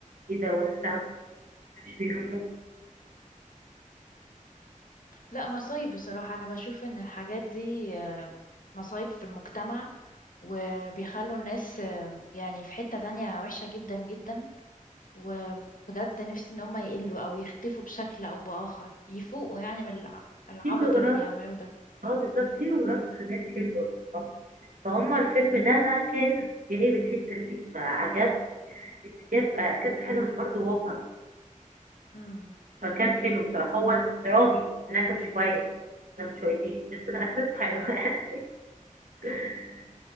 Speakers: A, on the right (about 80°); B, on the left (about 75°).
A: ايه ده ولا انت مش بيهمك
B: لا مصايب بصراحة أنا بشوف إن الحاجات دي آه، مصايب في المجتمع وبيخلوا الناس آه، يعني في حتة تانية وحشة جدا جدا وبجد نفسي إن هم يقلوا أو يختفوا بشكل أو بآخر يفوقوا يعني من الع- العبط
A: في بلوجرات
B: اللي بيعملوه ده
A: اه بالظبط في بلوجرات حاجات حلوه فهم الفيلم ده بقى كان جايب الحته دي فعجبني جاب كذا حاجه من ارض واقع
B: امم
A: فكان حلو بصراحة هو درامي انها كانت شوية نكت شويتين بس في الأساس حلو يعني <laughs>